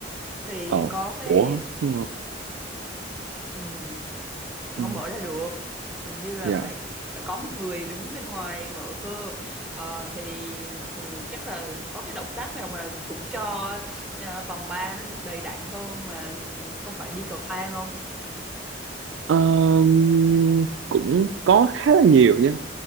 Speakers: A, in the centre; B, on the right (about 75°).
A: thì
B: Ờ.
A: có cái
B: Ủa. Ừ.
A: ừm,
B: Ừ.
A: không mở ra được hình như là
B: Dạ.
A: phải phải có một người đứng bên ngoài mở cơ Ờ, thì thì chắc là có cái động tác nào mà cũng cho ờ, vòng 3 nó được đầy đặn hơn mà không phải đi cầu thang
B: Ờm, cũng có khá là nhiều nha.